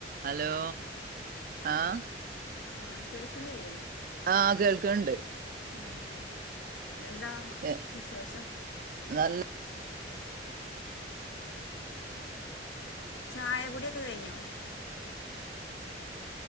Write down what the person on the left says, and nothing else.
ആഹ് കേൾക്കണില്ലേ
ഉം എന്താ
വിശേഷം
ചായ കുടി ഒക്കെ കഴിഞ്ഞോ